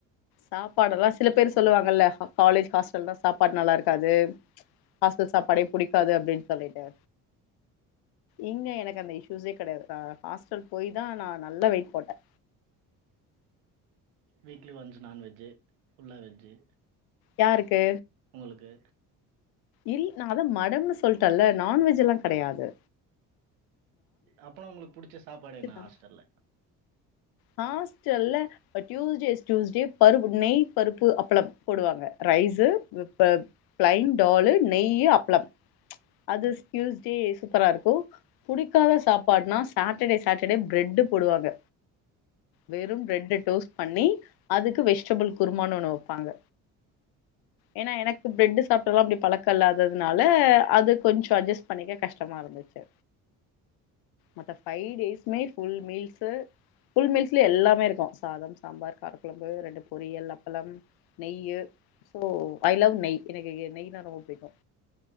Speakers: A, on the left (about 75°); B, on the right (about 90°).
A: சாப்பாடெல்லா சில பேர் சொல்லுவாங்கல்ல ஹ காலேஜ் ஹாஸ்டல்லா சாப்பாடு நல்லாருக்காது ஹாஸ்டல் சாப்பாடே புடிக்காது அப்டின் சொல்லிட்டு இங்க எனக்கு அந்த இஷூஸே கெடையாது கா ஹாஸ்டல் போய் தா நா நல்ல வெயிட் போட்ட
B: வீக்லி ஒன்ஸ் நான்வெஜு ஃபுலா வெஜு
A: யாருக்கு
B: உங்களுக்கு
A: இல் நா அதா மடம்னு சொல்டன்ல நான்வெஜ்லா கெடயாது
B: அப்பா உங்ளுக் புடிச்ச சாப்பாடு என்ன
A: தா
B: ஹஸ்டல்ல
A: ஹாஸ்டல்ல அ டூஸ்டேஸ் டூஸ்டே பருப்பு நெய் பருப்பு அப்பளம் போடுவாங்க ரைஸு விப் பப் ப்ளைன் டாலு நெயி அப்ளம் அதுஸ் டூஸ்டே சூப்பராருக்கும் புடிகாத சாப்பாடுனா சாட்டர் டே-சாட்டர்டே பிரட் போடுவாங்க வெறு பிரட்டு டோஸ் பண்ணி அதுக்கு வெஜ்டேபில் குருமானு ஒன்னு வப்பாங்க எனா எனக்கு பிரட்டு சாப் பொதுவா அப்டி பழக்கல்ல அது அதுனால அது கொஞ்சோ அஜ்ஜஸ் பண்ணிக கஷ்டமா இருந்துச்சு மத்த ஃபை டேஸ்ஸுமே ஃபுல் மீல்ஸு ஃபுல் மீல்ஸ்லே எல்லாமேருக்கு சாதம் சாம்பார் காரகொழம்பு ரெண்டு பொரியல் அப் லம் நெய்யு சோ ஐ லவ் நெய் எனக்கு நெய்னா ரொம்ப பிடிக்கு